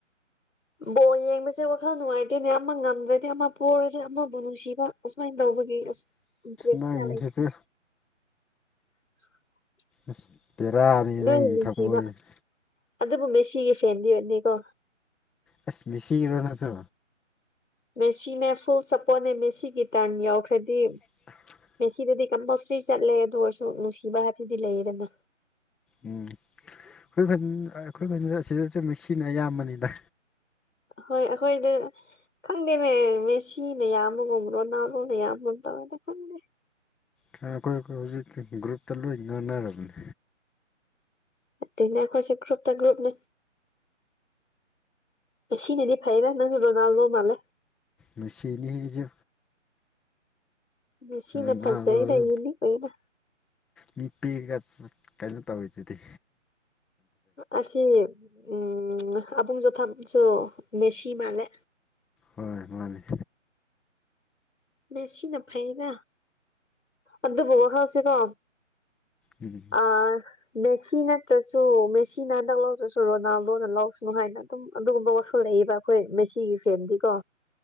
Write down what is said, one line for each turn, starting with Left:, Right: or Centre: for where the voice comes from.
Left: ꯕꯣꯜ ꯌꯦꯡꯕꯁꯦ ꯋꯥꯈꯜ ꯅꯨꯡꯉꯥꯏꯇꯦꯅꯦ ꯑꯃ ꯉꯝꯗ꯭ꯔꯗꯤ ꯑꯃ ꯄꯣꯔꯗꯤ ꯑꯃꯕꯨ ꯅꯨꯡꯁꯤꯕ ꯑꯁꯨꯃꯥꯏꯅ ꯇꯧꯕꯒꯤ ꯑꯁ ꯏꯟꯇꯔꯦꯁ
Centre: ꯅꯪꯁꯤꯁꯨ
Left: ꯀꯌꯥ ꯂꯩꯇꯦ <inaudible>
Centre: ꯑꯁ ꯕꯦꯔꯥꯅꯤꯍꯦ
Left: ꯅꯣꯏ
Centre: ꯅꯪꯒꯤ
Left: ꯅꯨꯡꯁꯤꯕ
Centre: ꯊꯝꯃꯣꯏꯁꯦ
Left: ꯑꯗꯨꯕꯨ ꯃꯦ ꯁꯤꯒꯤ ꯐꯦꯟꯗꯤꯅꯦꯀꯣ
Centre: ꯑꯦꯁ ꯃꯦꯁꯤꯔꯣ ꯅꯪꯁꯨ
Left: ꯃꯦꯁꯤꯅꯦ ꯐꯨꯜ ꯁꯞꯄꯣꯔꯠꯅꯦ ꯃꯦꯁꯤ ꯒꯤ ꯇꯔꯟ ꯌꯥꯎꯈ꯭ꯔꯗꯤ
Centre: <inaudible>
Left: ꯃꯦꯁꯤꯗꯗꯤ ꯀꯝꯄꯜꯁꯔꯤ ꯆꯠꯂꯦ ꯑꯗꯨ ꯑꯣꯏꯔꯁꯨ ꯅꯨꯡꯁꯤꯕ ꯍꯥꯏꯕꯗꯨꯗꯤ ꯂꯩꯌꯦꯗꯅꯥ
Centre: ꯎꯝ ꯑꯩꯈꯣꯏ ꯈꯨꯟ ꯑꯩꯈꯣꯏ ꯈꯨꯟꯗꯁꯨ ꯑꯁꯤꯗꯁꯨ ꯃꯦꯁꯤꯅ ꯑꯌꯥꯝꯕꯅꯤꯗ
Left: ꯍꯣꯏ ꯑꯩꯈꯣꯏꯗ ꯈꯪꯗꯦꯅꯦ ꯃꯦꯁꯤꯅ ꯌꯥꯝꯕꯒꯨꯝ ꯔꯣꯅꯥꯜꯗꯣꯅ ꯌꯥꯝꯕꯒꯨꯝ ꯇꯧꯑꯩ ꯈꯪꯗꯦꯗꯥ
Centre: ꯑꯥ ꯑꯩꯈꯣꯏ ꯑꯩꯈꯣꯏ ꯍꯧꯖꯤꯛ ꯒ꯭ꯔꯨꯞꯇ ꯂꯣꯏ ꯉꯥꯡꯅꯔꯕꯅꯦ
Left: ꯅꯠꯇꯦꯅꯦ ꯑꯩꯈꯣꯏꯁꯦ ꯒ꯭ꯔꯨꯞꯇ ꯒ꯭ꯔꯨꯞꯅꯤ ꯁꯤꯅꯗꯤ ꯐꯩꯗꯥ ꯅꯪꯁꯨ ꯔꯣꯅꯥꯜꯗꯣ ꯃꯥꯜꯂꯦ
Centre: ꯃꯁꯤꯁꯤꯅꯤꯍꯦ ꯑꯩꯁꯨ
Left: ꯃꯦꯁꯤꯅ
Centre: ꯔꯣꯅꯥꯜꯗꯣꯗꯨ
Left: ꯐꯖꯩꯗ ꯌꯨꯅꯤꯛ ꯑꯣꯏꯌꯦꯗ
Centre: ꯃꯤ ꯄꯤꯛꯔꯒ ꯀꯩꯅꯣ ꯇꯧꯔꯤꯗꯨꯗꯤ
Left: ꯑꯁꯤ ꯎ ꯑꯕꯨꯡ <unintelligible> ꯃꯦꯁꯤ ꯃꯥꯜꯂꯦ
Centre: ꯍꯣꯏ ꯃꯥꯅꯤ
Left: ꯃꯦꯁꯤꯅ ꯐꯩꯗꯥ ꯑꯗꯨꯕꯨ ꯋꯥꯈꯜꯁꯦꯀꯣ
Centre: ꯎꯝ
Left: ꯑ ꯃꯦꯁꯤ ꯅꯠꯇ꯭ꯔꯁꯨ ꯃꯦꯁꯤꯅ ꯍꯟꯗꯛ ꯂꯧꯗ꯭ꯔꯁꯨ ꯔꯣꯅꯥꯜꯗꯣꯅ ꯂꯧꯁꯅꯨ ꯍꯥꯏꯅ ꯑꯗꯨꯝ ꯑꯗꯨꯒꯨꯝꯕ ꯋꯥꯈꯜ ꯂꯩꯌꯦꯕ ꯍꯣꯏ ꯃꯦꯁꯤꯒꯤ ꯐꯦꯟꯗꯤꯀꯣ